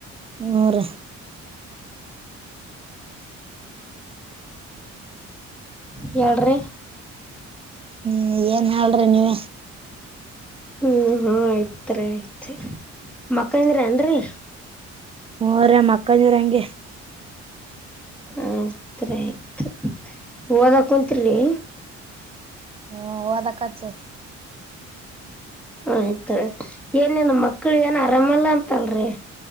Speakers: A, on the right; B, in the centre.
A: ಹೋರಿ
B: ಹೇಳ್ರಿ
A: ಹ್ಮ ಏನ್ ಹೇಳ್ರಿ ನೀವ
B: ಹ್ಮ್ ಆಯ್ತ್ರಿ ಆಯ್ತ್ ಮಕ್ಕಂದ್ರ ಅನ್ರಿ
A: ಹರ ಅಕ್ಕ ಜವರ ಹೆಂಗೆ <unintelligible>
B: ಆತ್ ಆಯ್ತ್ ಓದಕ ಕುಂತರಿರಿ
A: ಹ್ಮ ಹಓದಕ್ಕಚ್ಚು <unintelligible>
B: ಹಯ್ತ ಏನೇ ನ ಮಕ್ಳ ಏನ ಆರಾಮಲ್ಲ ಅಂತ ಅಲ್ರಿ